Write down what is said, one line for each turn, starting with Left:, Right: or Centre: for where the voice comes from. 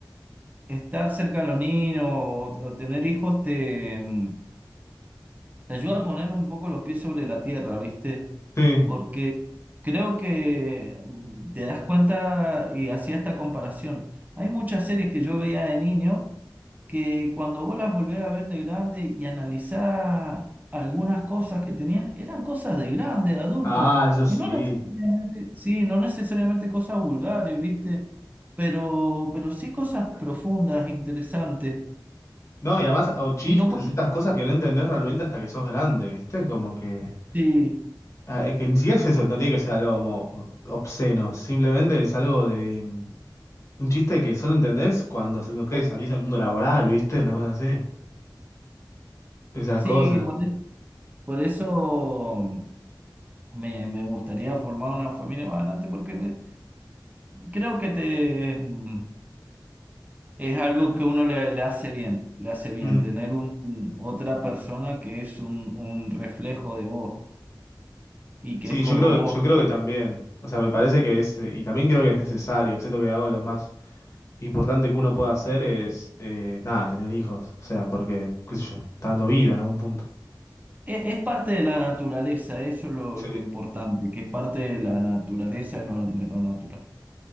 Right: estar cerca de los niños o, o tener hijos te... em, te ayuda a poner un poco los pies sobre la tierra, ¿viste?
Left: sí.
Right: Porque creo que mm, te das cuenta y hacía esta comparación. Hay muchas series que yo veía de niño que cuando vos las volvés a ver de grande y analizás algunas cosas que tenían, eran cosas de grande, de adultos,
Left: Ah, eso sí.
Right: y no necesariamente, sí, no necesariamente cosas vulgares, ¿viste? Pero, pero sí cosas profundas, interesantes.
Left: No, y además, o chistes,
Right: Y no puedes,
Left: estas cosas que no entendés realmente hasta que sos grande, ¿viste? Como que.
Right: sí,
Left: ah, eh, que ni siquiera es eso, no tiene que ser algo como o- obsceno. Simplemente es algo de. mm, Un chiste que solo entendés cuando se- no sé, salís al mundo laboral, ¿viste? Una cosa así. Esas
Right: sí,
Left: cosas.
Right: por Por eso me, me gustaría formar una familia más adelante, porque me- creo que te, mm, es algo que uno le, le hace bien, le hace bien
Left: Mm.
Right: tener un, otra persona que es un, un reflejo de vos y que
Left: Sí,
Right: es como
Left: yo creo
Right: vos.
Left: que, yo creo que también. O sea, me parece que es, eh, y también creo que es necesario. Siento que algo de lo más importante que uno puede hacer es, eh, nada, tener hijos. O sea, porque, qué sé yo, está dando vida a un punto.
Right: E- Es, parte de la naturaleza, eso es lo,
Left: Sí.
Right: lo importante, que es parte de la naturaleza, de lo, de lo natural.